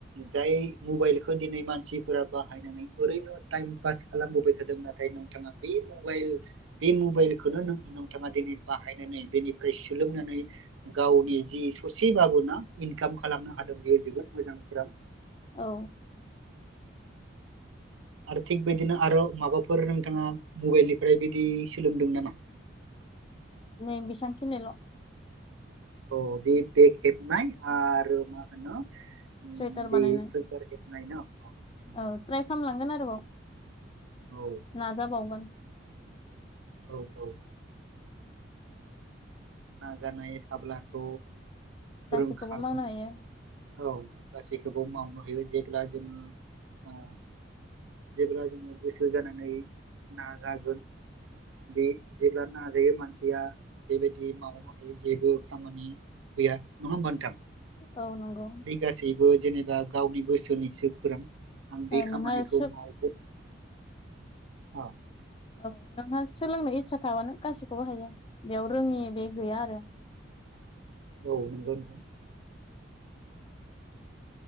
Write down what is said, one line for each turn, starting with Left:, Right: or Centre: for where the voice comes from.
Right: जाय मबेलखौ दिनै मानसिफोरा बाहायनानै ओरैनो टाइम पास खालामबोबाय थादों नाथाय नोंथाङा बे मबाइल बे मबेलखौनो नों नोंथाङा दिनै बाहायनानै बेनि फ्राय सोलोंनानै गावनि जि ससेबाबोना इनकाम खालामनो हादों बेयो जोबोद मोजां खौरां
Left: औ
Right: आरो थिग बिदिनो आरो माबाफोर नोंथाङा मबेलनिफ्राय बिदि सोलोंदों नामा
Left: नै बेसांखिनिल
Right: औ बे बेग हेबनाय आरो मा होनो उम,
Left: सुइटार
Right: बे
Left: बानायनाय
Right: सुइटार हेबनाय ना अ, उम,
Left: औ ट्राइ खालामलांगोन आरोबाव
Right: औ
Left: नाजाबावगोन
Right: औ औ नाजानाय थाब्लाथ
Left: गासैखौबो
Right: रोंखागोन
Left: मावनो हायो
Right: औ गासैखौबो मावनो हायो जे जेब्ला जोङो ओ जेब्ला जोङो गोसो जानानै नाजागोन बे जेब्ला नाजायो मानसिया बेबायदि दि मावनो हायो जेबो खामानि गैया नङा होमबा नोंथां
Left: औ नंगौ
Right: बे गासैबो जेने बा गावनि गोसोनिसो फोरों आं बे
Left: ओ
Right: खामानिखौ
Left: नोंहा सो
Right: मावगोन औ
Left: औ नोंहा सोलोंनो इस्सा थाबानो गासिखौबो हायो बेयाव रोङि बे गैया आरो
Right: औ नोंगोन